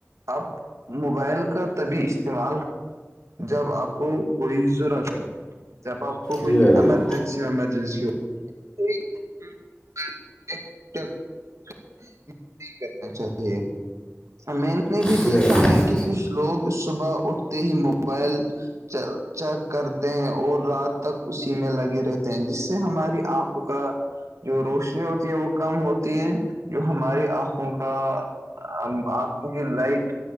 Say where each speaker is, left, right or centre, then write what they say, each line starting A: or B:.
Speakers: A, on the right; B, on the left.
A: آپ موبائل کا تبھی استعمال جب آپ کو کوئیز رش ہو جپ آ کوئی
B: جی بھائی
A: ایمارجینسی
B: جان
A: میں ایمرجنسی ہو <unintelligible> کرنا چاہیے مین نے بھی
B: جی
A: دیکھا
B: بھائی جان
A: ہے
B: جی
A: کہ کچھ لوگ صبح اٹھتے ہی موبائل چیک کرتے ہیں اور رات تک اسی میں لگے رہتے ہیں جس سے ہماری آنکھوں کا جو روشنی ہوتی ہے وہ کم ہوتی ہے جو ہماری آنکھوں کا آنکھوں کی لائٹ